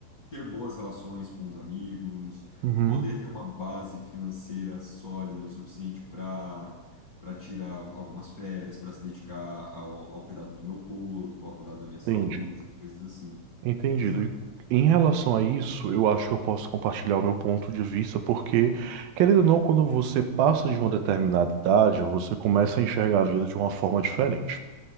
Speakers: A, on the left; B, on the right.
A: ter boas relações com os amigos,
B: Uhum,
A: poder ter uma base financeira sólida o suficiente para para tirar algumas férias, para se dedicar ao, ao cuidado do meu corpo, ao cuidado da minha saúde,
B: entendi.
A: coisas assim,
B: Entendido.
A: sabe?
B: E Em relação a isso, eu acho que eu posso compartilhar o meu ponto de vista, porque, querendo ou não, quando você passa de uma determinada idade, você começa a enxergar a vida de uma forma diferente.